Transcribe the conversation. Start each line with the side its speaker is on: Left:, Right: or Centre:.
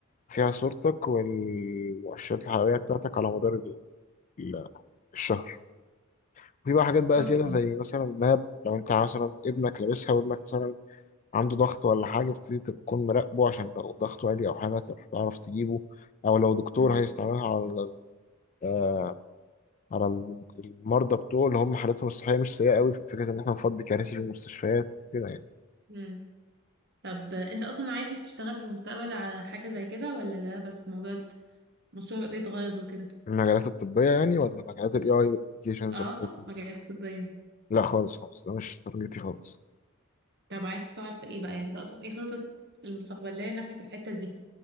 Left: فيها صورتك والمؤشرات الحيوية بتاعتك على مدار ال- ال- الشهر وفي بقى حاجات بقى
Right: تحفه
Left: زيادة زي مثلا ماب لو أنت مثلا ابنك لابسها وابنك مثلا عنده ضغط ولا حاجة بتبتدي تكون مراقبه عشان لو ضغطه عالي أو حاجة تعرف تجيبه أو لو دكتور
Right: امم
Left: هيستعملها على ال- آه، على الم- المرضى بتوعه اللي هم حالتهم الصحية مش سيئة قوي في فكرة إن إحنا نفضي كراسي في المستشفيات كده يعني.
Right: امم طب انت اصلا عايز تشتغل في المستقبل على حاجه زي كده ولا ده بس مجرد مشروع قضية غرض وكده
Left: المجالات الطبية يعني ولا مجالات ال AI والابلكيشنز
Right: اه
Left: والحاجات دي
Right: مجالات طبيه
Left: لا خالص خالص ده مش تارجتي خالص
Right: طب عايز تشتغل في ايه بقى يعني انت اصلا ايه خطتك المستقبليه ناحيه الحته دي